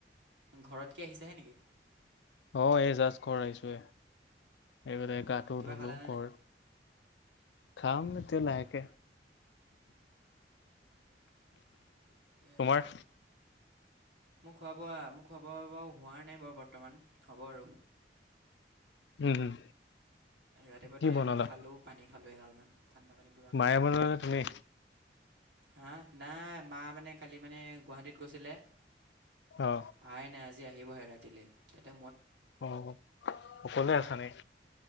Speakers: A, on the right; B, on the left.
A: ঘৰত কি আহিছেহে নেকি
B: অ এই জাজ ঘৰ আহিছো য়ে এইফালে
A: অঁ
B: গাটো
A: কিবা
B: ধুলো
A: খালানে
B: ঘ
A: নাই
B: খাম এতিয়া লাহেকে
A: <unintelligible>
B: তোমাৰ
A: আছে মোৰ খোৱা বোৱা মোৰ খোৱা বোৱা হোৱা নাই বাৰু বৰ্তমান হ'ব আৰু
B: উম হম
A: ৰাতিপুৱাতে
B: কি বনালা
A: খালোঁ পানী খালোঁ এগালমান ঠাণ্ডা পানী পূৰা খালোঁ
B: মায়ে বনালা নে তুমি
A: হা নাই মা মানে কালি মানে গুৱাহাটীত গৈছিলে
B: অ
A: আহাই নাই আজি আহিবহে ৰাতিলে, তেতি
B: অ অকলে আছা নি?